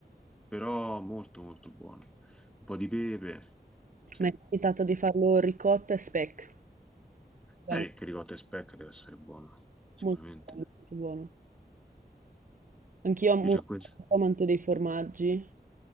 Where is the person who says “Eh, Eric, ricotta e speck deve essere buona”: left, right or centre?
Centre